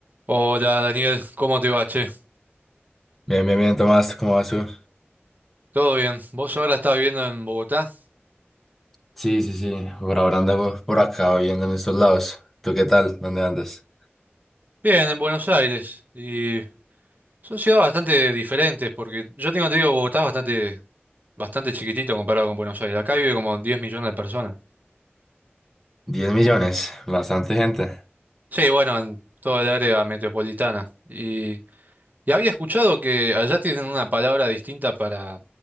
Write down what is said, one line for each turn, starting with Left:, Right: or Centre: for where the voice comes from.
Right: Hola Daniel, ¿cómo te va, che?
Centre: Bien, bien, bien, Tomás, ¿cómo vas tú?
Right: ¿Todo bien? ¿Vos ahora estás viviendo en Bogotá?
Centre: Sí, sí, sí, por ahora ando por acá viviendo en estos lados. ¿Tú qué tal? ¿Dónde andas?
Right: Bien, en Buenos Aires. Y son ciudades bastante diferentes, porque yo tengo entendido que Bogotá es bastante, bastante chiquitito comparado con Buenos Aires. Acá vive como 10 millones de personas.
Centre: Diez millones, bastante gente.
Right: Sí, bueno, en toda el área metropolitana. Y, y había escuchado que allá tienen una palabra distinta para